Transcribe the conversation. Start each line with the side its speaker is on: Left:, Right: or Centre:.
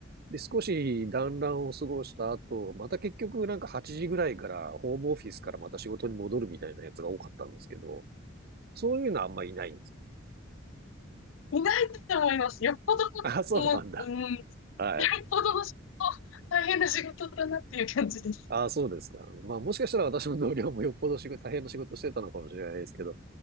Right: で、少し団らんを過ごした後、また結局なんか8時ぐらいから、ホームオフィスからまた仕事に戻るみたいなやつが多かったんですけど、そういうのはあんまりいないんです。
Left: いないと思います。よっぽど、
Right: あ、そうなんだ。
Left: もう、うん、よっ
Right: はい。
Left: ぽどの仕事、大変な仕事だなっていう感じです。
Right: あ、そうですか。まあ、もしかしたら私の同僚もよっぽど仕事、大変な仕事をしてたのかもしれないですけど、